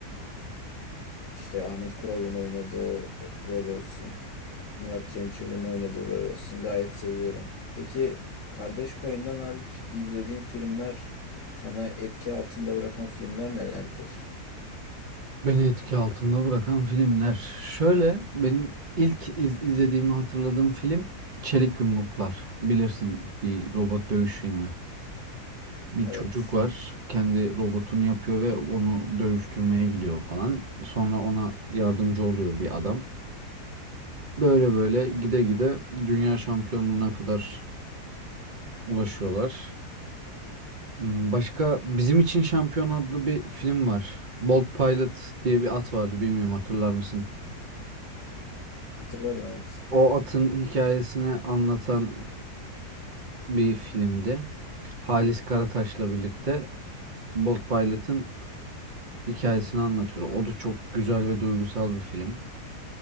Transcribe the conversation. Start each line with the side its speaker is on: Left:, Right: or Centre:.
Left: İşte Ahmet Kural'ın oynadığı o- o rol olsun. Murat Cemcir'in oynadığı rol olsun. Gayet seviyorum. Peki Kardeş Payı'ndan hariç izlediğin filmler sana etki altında bırakan filmler nelerdir?
Right: Beni etki altında bırakan filmler. Şöyle benim ilk iz- izlediğimi hatırladığım film Çelik Yumruklar. Bilirsin bir robot dövüş filmi. bir
Left: Evet.
Right: çocuk var. Kendi robotunu yapıyor ve onu dövüştürmeye gidiyor falan. Sonra ona yardımcı oluyor bir adam. Böyle böyle gide gide dünya şampiyonluğuna kadar ulaşıyorlar. Hmm, Başka Bizim için Şampiyon adlı bir film var. Bolt Pilot diye bir at vardı bilmiyorum hatırlar mısın?
Left: Hatırlarım evet.
Right: O atın hikayesini anlatan bir filmdi. Halis Karataş'la birlikte Bolt Pilot'ın hikayesini anlatıyor. O da çok güzel ve duygusal bir film.